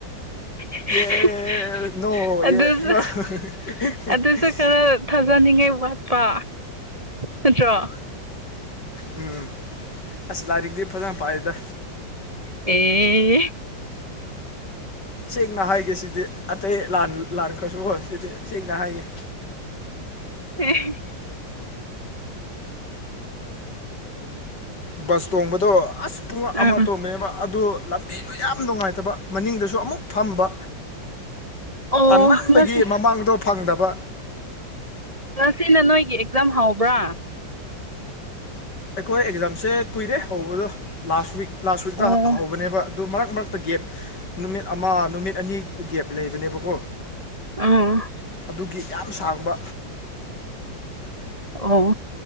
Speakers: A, on the right; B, on the left.
A: <unintelligible>
B: ꯌꯦ <unintelligible>
A: ꯑꯗꯨꯁꯨ ꯑꯗꯨꯁꯨ ꯈꯔ ꯊꯥꯖꯅꯤꯡꯉꯥꯏ ꯋꯥꯠꯄ ꯅꯠꯇ꯭ꯔꯣ
B: ꯎꯝ ꯑꯁ ꯂꯥꯏꯔꯤꯛꯇꯤ ꯐꯖꯅ ꯄꯥꯏꯗ
A: ꯑꯦ
B: ꯁꯦꯡꯅ ꯍꯥꯏꯒꯦ ꯁꯤꯗꯤ ꯑꯇꯩ ꯂꯥꯟ ꯂꯥꯟꯈ꯭ꯔꯁꯨ ꯍꯣꯏ ꯁꯤꯗꯤ ꯁꯦꯡꯅ ꯍꯥꯏꯒꯦ
A: <inaudible>
B: ꯕꯁ ꯇꯣꯡꯕꯗꯣ ꯑꯁ ꯄꯨꯡ
A: ꯑꯥ
B: ꯑꯃ ꯇꯣꯝꯑꯦꯕ ꯑꯗꯨ ꯂꯝꯕꯤꯗꯣ ꯌꯥꯝ ꯅꯨꯡꯉꯥꯏꯇꯕ ꯃꯅꯤꯡꯗꯁꯨ ꯑꯃꯨꯛ ꯐꯝꯕ
A: ꯑꯣ
B: ꯇꯟꯃꯟꯕꯒꯤ
A: ꯉꯁꯤ
B: ꯃꯃꯥꯡꯗꯣ ꯐꯪꯗꯕ
A: ꯉꯁꯤꯅ ꯅꯣꯏꯒꯤ ꯑꯦꯛꯖꯥꯝ ꯍꯧꯕ꯭ꯔꯥ
B: ꯑꯩꯈꯣꯏ ꯑꯦꯛꯖꯥꯝꯁꯦ ꯀꯨꯏꯔꯦ ꯍꯧꯕꯗꯣ ꯂꯥꯁ ꯋꯤꯛ ꯂꯥꯁ ꯋꯤꯛꯇ
A: ꯑꯣ
B: ꯍꯧꯕꯅꯦꯕ ꯑꯗꯨ ꯃꯔꯛ ꯃꯔꯛꯇ ꯒꯦꯞ ꯅꯨꯃꯤꯠ ꯑꯃ ꯅꯨꯃꯤꯠ ꯑꯅꯤ ꯒꯦꯞ ꯂꯩꯕꯅꯦꯕꯀꯣ
A: ꯎꯝ
B: ꯑꯗꯨꯒꯤ ꯌꯥꯝ ꯁꯥꯡꯕ
A: ꯑꯣ